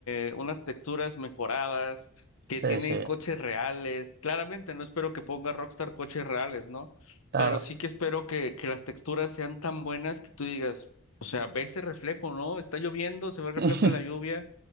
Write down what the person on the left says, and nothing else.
eh, unas texturas mejoradas, que tienen
coches reales. Claramente no espero que ponga Rockstar coches reales, ¿no?
Pero sí que espero que, que las texturas sean tan buenas que tú digas, o sea, ve ese reflejo, ¿no? Está lloviendo, se ve el reflejo
de la lluvia